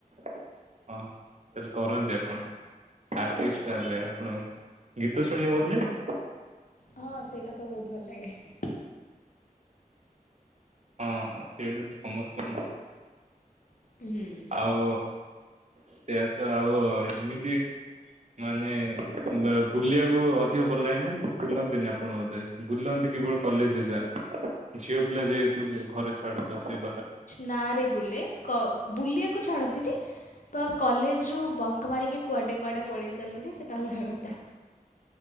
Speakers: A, on the right (about 50°); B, on the left (about 60°).
A: ହଁ ତାହେଲେ କରନ୍ତି ଆପଣ ଆଟିଷ୍ଟ
B: ଆଜ୍ଞା।
A: ତାହେଲେ ଆପଣ ଗୀତ ଶୁଣିବା କୁ ଭଲ ଲାଗେ
B: ହଁ ସେଇଟା ତ ବହୁତ ଭଲ ଲାଗେ
A: ହଁ ସେଇଡ ସମସ୍ତ
B: ହୁଁ
A: ଆଉ ସେଆ ତ ଆଉ ଏମିତି ମାନେ ବା ବୁଲିବାକୁ ଅଧିକ ଭଲ ଲାଗେ ନା ବୁଲନ୍ତିନି ଆପଣ ବୋଧେ ବୁଲନ୍ତି କିବଳ କଲେଜ ଯା ଝିଅ ପିଲା ଯେହେତୁ ଘରେ ଛାଡୁ ନଥିବେ ବାହାରୁ
B: ନା ରେ ବୁଲେ କ ବୁଲିବାକୁ ଛାଡ଼ନ୍ତି ପର କଲେଜରୁୁ ବଙ୍କ ମାରିକି କୁଆଡ଼େ କୁଆଡ଼େ ପଳେଇ ସାରିଲୁଣି ସେଇଟା ଅଲଗା କଥା